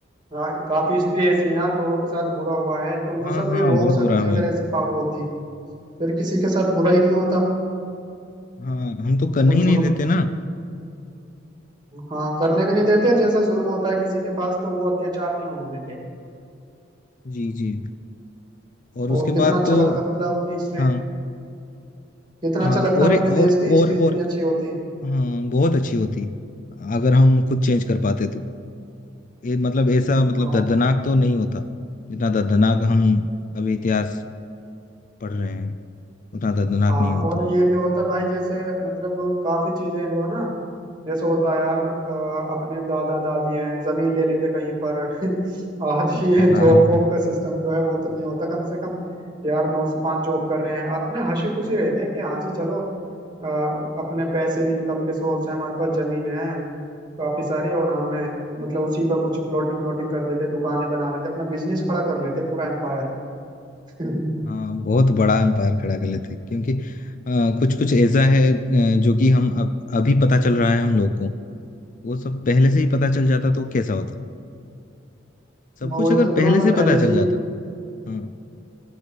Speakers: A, on the right; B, on the left.
A: हाँ, काफी इसलिए ऐसी यार लोगों के साथ बुरा हुआ है तो वो
B: हाँ
A: सब
B: हाँ
A: ये रोक
B: बहुत
A: सकते
B: बुरा हुआ
A: हैं अगर
B: है
A: ऐसी पावर होती फिर किसी के साथ बुरा ही नहीं होता
B: हाँ हम तो करने
A: जो
B: ही नहीं
A: जुल्म
B: देते ना
A: हाँ करने भी नहीं देते जैसा जुल्म होता है किसी के पास तो वो अत्याचार नहीं होने देते
B: जी जी और
A: और
B: उसके
A: कितना
B: बाद
A: अच्छा
B: तो
A: लगता मतलब अपनी हिस्ट्री
B: हाँ
A: कितना
B: हाँ
A: अच्छा लगता
B: और
A: अपने
B: और
A: देश की हिस्ट्री
B: और और
A: इतनी अच्छी होती
B: हाँ बहुत अच्छी होती अगर हम खुद चेंज कर पाते तो ये मतलब ऐसा मतलब
A: हाँ
B: दर्दनाक तो नहीं होता जितना दर्दनाक हम अभी इतिहास पढ़ रहे हैं उतना दर्दनाक
A: हाँ
B: नहीं होता
A: और ये भी होता भाई जैसे मतलब काफी चीजें जो है ना जैसे होता है यार अ, अपने दादा दादी हैं जमीन ले लेते कहीं पर <laughs> आज
B: हाँ
A: ये
B: हाँ
A: जॉब
B: हाँ
A: वॉब का सिस्टम जो है वो तो नहीं होता कम से कम कि यार नौ से पाँच जॉब कर रहे हैं अपने हंसी खुशी रहते हैं कि हाँ जी चलो अ, अपने पैसे भी इनकम के सोर्स हैं हमारे पास जमीन है काफी सारी और हमने मतलब उसी पर कुछ प्लॉटिंग व्लॉटिंग कर देते दुकानें बना लेते अपना बिजनेस खड़ा कर लेते पूरा एम्पायर मैं
B: हाँ, बहुत बड़ा एम्पायर खड़ा कर लेते क्योंकि कुछ कुछ ऐसा है अ, जो कि हम अब अभी पता चल रहा है हम लोग को वो सब पहले से ही पता चल जाता तो कैसा होता सब
A: वही
B: कुछ अगर
A: तो कह
B: पहले
A: रहा हूँ अगर
B: से
A: पहले
B: पता चल
A: से
B: जाता
A: ही
B: हाँ